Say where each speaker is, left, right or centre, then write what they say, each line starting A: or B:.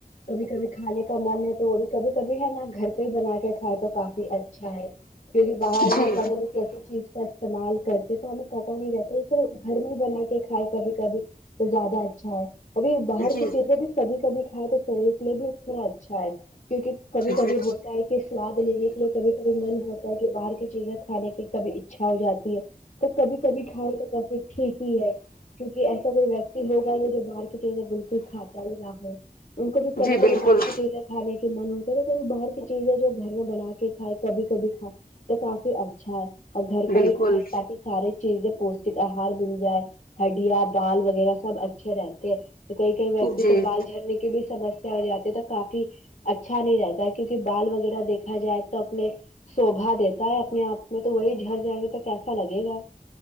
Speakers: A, on the left; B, on the left.
A: کبھی کبھی کھانے کا من ہے تو وہ بھی کبھی کبھی ہے نا گھر پہ ہی بنا کے کھاتے تو کافی اچھا ہے کیونکہ باہر
B: جی
A: میں پتہ نہیں کیسی چیز کا استعمال کرتے تو ہمیں پتہ نہیں رہتا صرف گھر میں ہی بنا کے کھائے کبھی کبھی تو زیادہ اچھا ہے ابھی باہر
B: جی
A: کی چیزیں بھی کبھی کبھی کھائے تو شریر کے لیے بھی تھوڑا اچھا ہے کیونکہ کبھی کبھی
B: جی
A: ہوتا ہے کہ سواد لینے کے لیے کبھی کبھی من ہوتا ہے کہ باہر کی چیزیں کھانے کے کبھی اچھا ہو جاتی ہے تو کبھی کبھی کھاؤ تو کافی ٹھیک ہی ہے کیونکہ ایسا کوئی ویکتی ہوگا جو باہر کی چیزیں بالکل کھاتا ہی نہ ہو ان کو بھی کبھی
B: جی
A: کبھی
B: بالکل
A: باہر کی چیزیں کھانے کے من ہوتا تو کبھی باہر کی چیزیں جو گھر میں بنا کے کھائے کبھی کبھی کھا تو کافی اچھا ہے اور گھر کا
B: بالکل
A: ہی کھائے تاکہ سارے چیزیں پوشٹک آہار مل جائے ہڈیاں بال وغیرہ سب اچھے رہتے ہیں تو کوئی کوئی ویکتی
B: جی
A: کو بال جھڑنے کی بھی سمسیا ہو جاتے تو کافی اچھا نہیں رہتا ہے کیونکہ بال وغیرہ دیکھا جائے تو اپنے شوبھا دیتا ہے اپنے آپ میں تو وہی جھٹر جائیں گے تو کیسا لگے گا